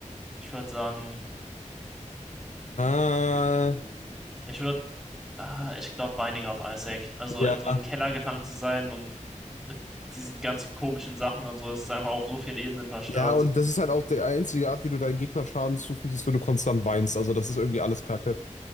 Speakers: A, in the centre; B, on the left.
A: Ich würde sagen,
B: Äh,
A: mm, ich würde, ah, ich glaube, Binding of Isaac. Also
B: ja.
A: in so einen Keller gefangen zu sein und mit diesen ganzen komischen Sachen und so, es ist einfach auf so vielen Ebenen verstörend.
B: Ja, und das ist halt auch die einzige Art, wie du deinen Gegner Schaden zufügst, ist, wenn du konstant weinst. Also, das ist irgendwie alles Kacke.